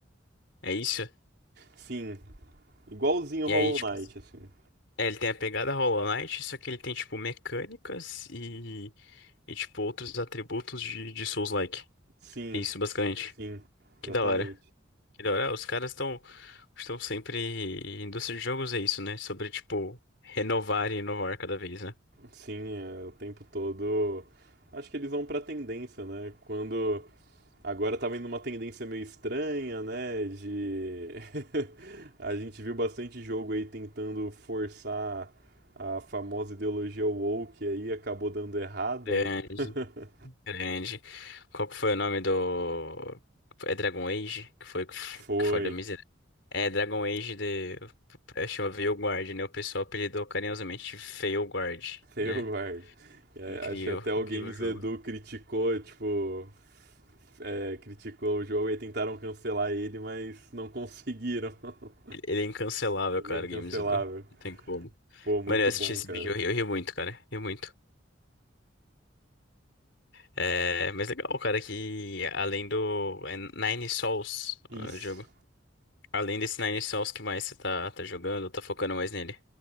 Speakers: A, on the left (about 65°); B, on the right (about 55°).
A: É isso?
B: Sim, igualzinho
A: E
B: ao Hollow
A: aí, tipo
B: Knight,
A: assim,
B: assim.
A: é, ele tem a pegada Hollow Knight, só que ele tem, tipo, mecânicas e, e tipo, outros atributos de, de Souls-like.
B: Sim,
A: É isso, basicamente.
B: sim,
A: Que
B: exatamente.
A: da hora. Que da hora. Ah, Os caras estão estão sempre. Indústria de jogos é isso, né? Sobre, tipo, renovar e inovar cada vez, né?
B: Sim, é, o tempo todo. Acho que eles vão pra tendência, né? Quando Agora tá vendo uma tendência meio estranha, né? De. <laughs> A gente viu bastante jogo aí tentando forçar a famosa ideologia woke aí, acabou dando errado,
A: Grande,
B: né? <laughs>
A: grande. Qual que foi o nome do. É Dragon Age? Que foi que f-
B: Foi,
A: que falhou miserável. É Dragon Age de. Eu chamo Veilguard, né? O pessoal apelidou carinhosamente de Veilguard,
B: eu
A: né?
B: guarde. É,
A: Incrível,
B: acho que até o
A: incrível
B: Games
A: o jogo.
B: Edu criticou, tipo. é, criticou o jogo e tentaram cancelar ele, mas não conseguiram. <laughs>
A: Ele, ele é incancelável,
B: Ele
A: cara,
B: é incancelável.
A: o Games Edu. Não tem como.
B: Pô, muito
A: Mano, eu assisti
B: bom,
A: esse
B: cara.
A: vídeo, eu ri, eu ri muito, cara. Ri muito. É, mas legal, cara, que além do é Nine Sols,
B: Isso.
A: ah, o jogo. Além desse Nine Sols, que mais você tá, tá jogando, tá focando mais nele?